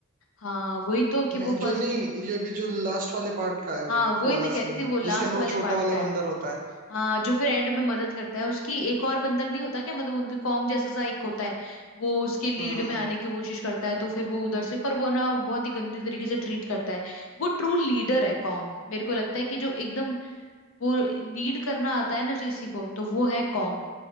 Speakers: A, on the left (about 70°); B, on the right (about 40°).
A: हाँ वही तो कि
B: नहीं,
A: वो फर्स्ट
B: जो नहीं ये भी जो लास्ट वाले पार्ट का है
A: हाँ
B: वो
A: वही
B: वाला
A: मैं कह
B: सीन
A: रही थी वो लास्ट
B: जिसके अंदर
A: वाले
B: वो
A: पार्ट
B: छोटा वाला
A: का है
B: बंदर होता है
A: हाँ जो फिर एंड में मदद करता है उसकी एक और बंदर नहीं होता क्या मतलब उनके कॉन्ग जैसा सा एक होता है वो उसके लीड
B: हम्म
A: में आने की कोशिश करता है तो फिर वो उधर से पर वो ना बहुत ही गंदी तरीके से ट्रीट करता है वो ट्रू लीडर है कॉन्ग मेरे को लगता है कि जो एकदम वो लीड करना आता है ना किसी को तो वो है कॉन्ग